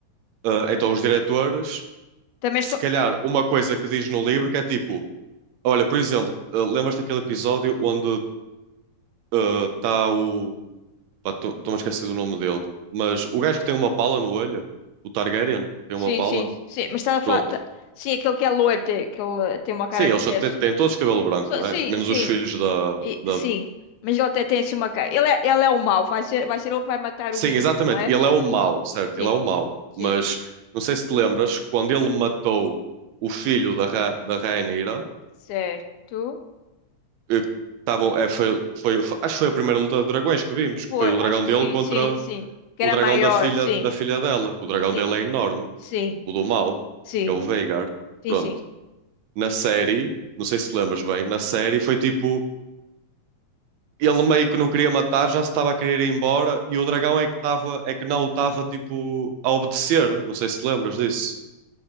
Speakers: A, on the right; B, on the left.
A: Ah, então os diretores
B: Também
A: se
B: estou.
A: calhar uma coisa que diz no livro que é tipo, olha, por exemplo, eh, lembras-te daquele episódio onde está o. pá, Estou-me a esquecer do nome dele, mas o gajo que tem uma pala no olho, o Targaryen, tem
B: Sim,
A: uma pala.
B: sim, sim. Mas estás a falar.
A: Pronto.
B: tá- Sim, aquele que é loiro, tem, que ele eh, tem uma cara
A: Sim, eles
B: que até.
A: só têm,
B: se-
A: têm todos cabelo branco,
B: Só-
A: não
B: Sim,
A: é? Menos
B: sim.
A: os filhos da,
B: E-
A: da.
B: sim. Mas ele até tem assim uma cara. Ele é, ele é o mau, vai ser, vai ser ele que vai matar
A: Sim,
B: o miúdo,
A: exatamente.
B: não é?
A: Ele é o mau, certo?
B: Sim,
A: Ele é o mau.
B: sim.
A: Mas não sei se te lembras, quando ele matou o filho da, Ra- da Rhaenyra,
B: Certo.
A: eh, estavam, é, foi, foi, foi- acho que foi a primeira luta de dragões que vimos, que
B: Foi,
A: foi o
B: acho
A: dragão
B: que
A: dele
B: sim,
A: contra
B: sim, sim. Que
A: o
B: era
A: dragão
B: maior,
A: da filha,
B: sim,
A: da filha dela. que O dragão
B: sim,
A: dele é enorme.
B: sim,
A: O do mal
B: sim,
A: é o Veigar.
B: sim,
A: Pronto.
B: sim.
A: Na série, não sei se te lembras bem, na série foi tipo. Ele meio que não queria matar, já se estava a querer ir embora, e o dragão é que, estava é que não o estava tipo a obedecer. Não sei se te lembras disso.